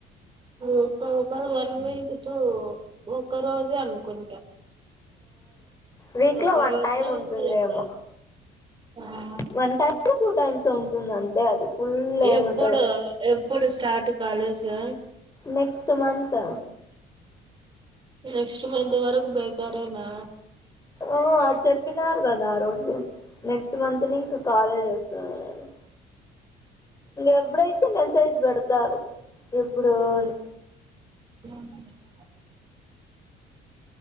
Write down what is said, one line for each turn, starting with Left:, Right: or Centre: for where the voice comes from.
Right: ఒక ఒక వన్ వీక్ కు ఒక రోజే అనుకుంటా
Left: వీక్
Right: ఒక్క
Left: లో వన్
Right: రోజు
Left: టైం ఉంటుందేమో
Right: లేదా ఆ
Left: వన్ టైం టూ టైమ్స్ ఉంటుందంతే అది ఫుల్ ఏముండదు
Right: ఎప్పుడు ఎప్పుడు start college
Left: next month
Right: next month వరకు బేకారేనా
Left: అ ఆడ్ చెప్పినారు కదా ఆ రోజు నెక్స్ట్ మంత్ నే ఇంకా కాలేజ్ వస్తదనని ఎబ్బుడైతే మెసేజ్ పెడుతారు ఎప్పుడో అని
Right: ఆహా